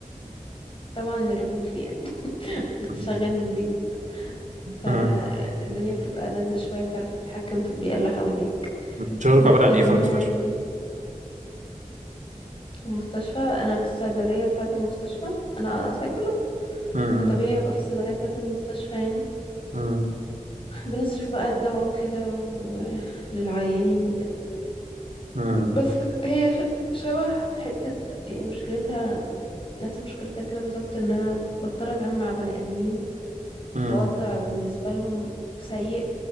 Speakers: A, on the left; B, on the right.
A: طبعا الريموتلي يعني بتشتغل
B: مم.
A: من البيت فالدنيا
B: مم.
A: بتبقى لذة شوية بتعرف تتحكم في البيئة اللي حواليك
B: شغلك
A: لكن
B: عباره عن ايه في المستشفى
A: آم، في المستشفى انا في الصيدليه بتاعه المستشفى انا صيدله
B: امم
A: فطبيعي هبقى في الصيدليه بتاعه المستشفى يعني
B: امم
A: بنصرف بقى الدواء وكده وللعيانين وكده
B: امم
A: ب- بس هي ش- شبه حته يعني مشكلتها نفس مشكلتها كده بالظبط ان انا بضطر اتعامل مع بني ادمين
B: امم
A: في وضع بالنسبه لهم سيء